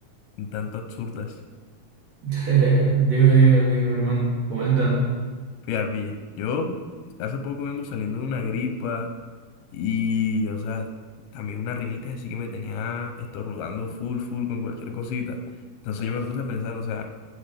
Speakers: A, on the left (about 80°); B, on the right (about 55°).
A: un tanto absurdas.
B: Dime, dime, dime, hermano, coméntame.
A: Fíjate, pilla, yo hace poco vengo saliendo de una gripa Y, o sea, también una rinitis así que me tenía estornudando full, full con cualquier cosita. Entonces yo me puse a pensar, o sea,